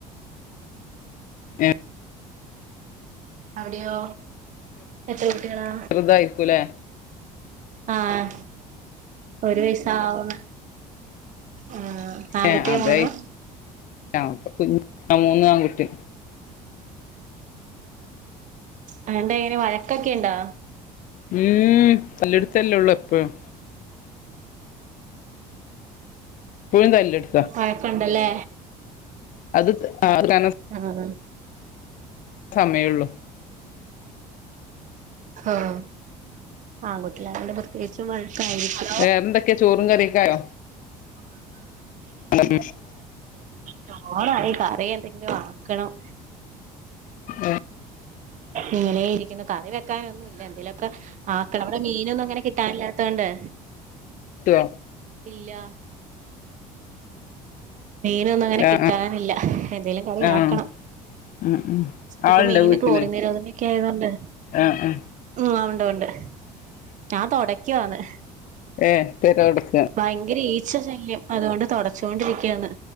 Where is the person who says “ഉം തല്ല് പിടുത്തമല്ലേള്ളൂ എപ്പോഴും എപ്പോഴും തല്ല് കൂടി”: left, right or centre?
Left